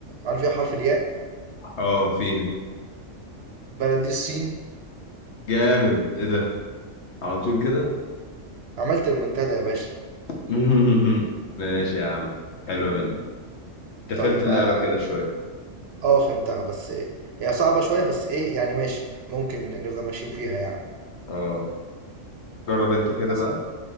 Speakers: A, on the right; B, on the left.
A: هل فيها حرف الياء؟
B: اه فيها
A: البلد دي الصين
B: جامد ايه ده على طول كده
A: عملت المنتدى يا باشا
B: <laughs> ماشي يا عم حلو منك انت
A: طيب
B: فهمت اللعبة
A: أ- أ-
B: كده شوية
A: اه فهمتها بس هي صعبة شوية بس ايه يعني ماشي ممكن نفضل ماشيين فيها يعني
B: اه جرب انت كده
A: حس-
B: بقى